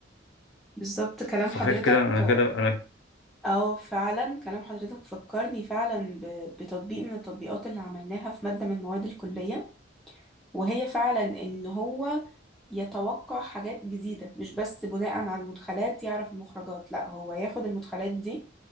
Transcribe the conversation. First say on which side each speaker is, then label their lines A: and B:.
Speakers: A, in the centre; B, on the left.
A: بالظبط كلام
B: صحيح
A: حضرتك
B: كده انا كده انا
A: اه فعلا كلام حضرتك فكرني فعلا ب- بتطبيق من التطبيقات اللي عملناها في مادة من مواد الكلية وهي فعلا ان هو يتوقع حاجات جديدة مش بس بناء على المدخلات يعرف المخرجات لا هو ياخد المدخلات دي